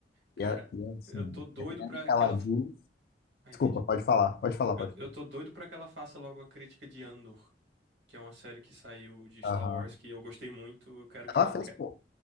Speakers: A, on the right; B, on the left.
A: Cara,
B: E, é- e é assim,
A: eu tô doido
B: dependendo
A: pra
B: do que
A: aquela.
B: ela diz.
A: Ah,
B: Desculpa,
A: entendi.
B: pode falar, pode falar,
A: Eu,
B: pode
A: eu
B: falar.
A: tô doido pra que ela faça logo a crítica de Andor, que é uma série que saiu de Star
B: Aham.
A: Wars, que eu gostei muito. Eu quero que
B: Ela
A: ela.
B: fez,
A: que-
B: pô.